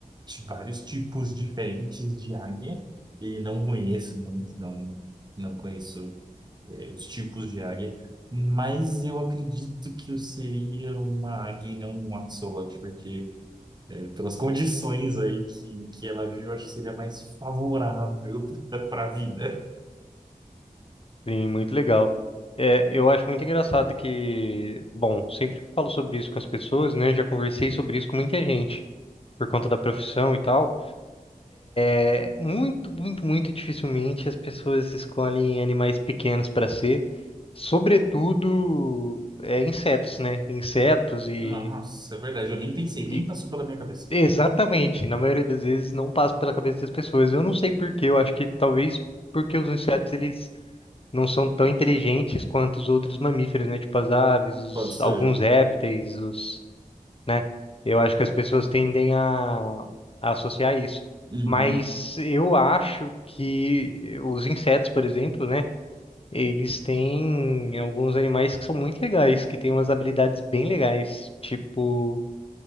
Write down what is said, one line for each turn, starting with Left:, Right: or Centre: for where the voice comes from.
Right: de vários tipos diferentes de águia e não conheço muito, não, não conheço eh, os tipos de águia, mas eu acredito que eu seria uma águia e não um axolote, porque eh, pelas condições aí que, que ela vive, eu acho que seria mais favorável <laughs> para a vida.
Left: sim, muito legal. É, eu acho muito engraçado que, bom, sempre que eu falo sobre isso com as pessoas, né, já conversei sobre isso com muita gente. por conta da profissão e tal, é muito, muito, muito dificilmente as pessoas escolhem animais pequenos para ser, sobretudo é, insetos, né? Insetos e,
Right: Nossa, é verdade, eu nem pensei, nem
Left: e
Right: passou pela minha cabeça.
Left: exatamente, na maioria das vezes não passa pela cabeça das pessoas. Eu não sei por quê, eu acho que talvez porque os insetos eles não são tão inteligentes quanto os outros mamíferos, né? Tipo as aves, os,
Right: Pode ser.
Left: alguns répteis, os né? Eu acho que as pessoas tendem a, a associar isso.
Right: Uhum.
Left: Mas eu acho que os insetos, por exemplo, né? Eles têm alguns animais que são muito legais, que têm umas habilidades bem legais. Tipo,